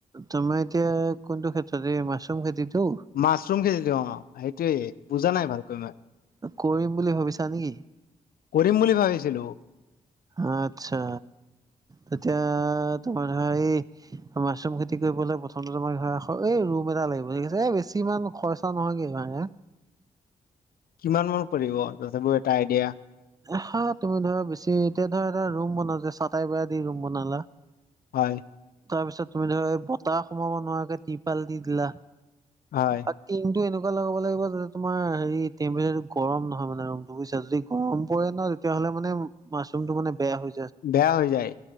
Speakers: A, on the right; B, on the left.
A: তোমাৰ এতিয়া কোনটো ক্ষেত্ৰত এই মাছৰুম খেতিটো?
B: মাছৰুম খেতিটো অ', সেইটোয়েই বুজা নাই ভালকৈ মই।
A: কৰিম বুলি ভাবিছা নেকি?
B: কৰিম বুলি ভাবিছিলোঁ।
A: আচ্ছা, তেতিয়া তোমাৰ ধৰা এই মাছৰুম খেতি কৰিবলৈ প্ৰথমটো তোমাৰ ধৰা স এই ৰুম এটা লাগিব, ঠিক আছে এই বেছি ইমান খৰচ নহইগে মানে।
B: কিমান মান পৰিব, তথাপিও এটা আইডিয়া।
A: হা তুমি ধৰা বেছি এতিয়া ধৰা, এটা ৰুম বনাওতে চাটাই বেৰা দি ৰুম বনালা।
B: হয়।
A: তাৰপিছত তুমি ধৰা এই বতাহ সোমাব নোৱাৰাকে তিপাল দি দিলা।
B: হয়।
A: আৰু টিংটো এনেকুৱা লগাব লাগিব যাতে তোমাৰ হেৰি টেম্পেচাৰটো গৰম নহয় মানে ৰুমটো বুইছা, যদি গৰম পৰে ন তেতিয়া হ'লে মানে মাছৰুমটো মানে বেয়া হৈ
B: বেয়া হৈ যায়